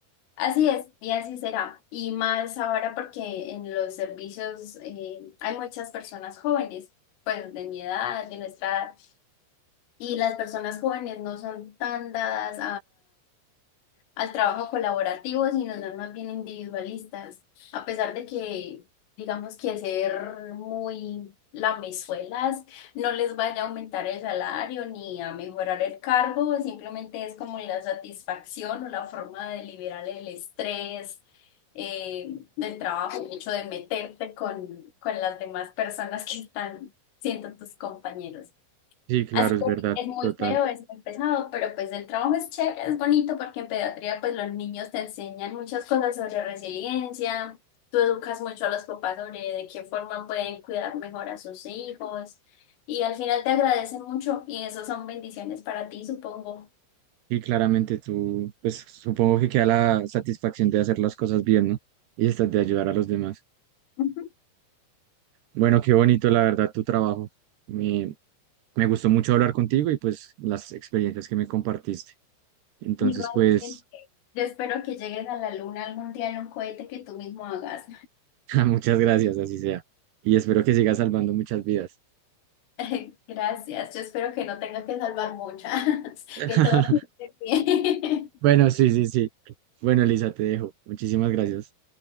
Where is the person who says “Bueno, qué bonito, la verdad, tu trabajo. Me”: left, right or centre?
Right